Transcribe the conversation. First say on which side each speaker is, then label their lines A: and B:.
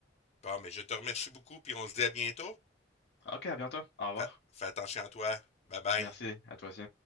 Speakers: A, on the left; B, on the left.
A: Bon, mais je te remercie beaucoup, puis on se dit à bientôt.
B: Ok, à bientôt. Au revoir.
A: Fa- fais attention à toi. Bye bye.
B: Merci, à toi aussi.